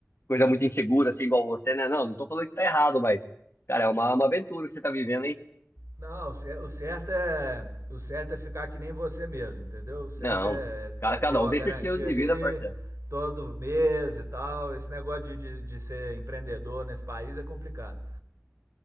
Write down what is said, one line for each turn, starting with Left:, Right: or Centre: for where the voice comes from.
Left: coisa muito insegura, assim, igual você, né? Não, não tô falando que tá errado, mas, cara, é uma, uma aventura que você tá vivendo, hein?
Right: Não, o cer- o certo é o certo é ficar que nem você mesmo, entendeu? O certo
Left: Não,
Right: é,
Left: cara,
Right: é
Left: cada
Right: ter a
Left: um tem
Right: garantia
Left: seu estilo de
Right: ali
Left: vida, parceiro.
Right: todo mês e tal. Esse negócio de, de, de ser empreendedor nesse país é complicado.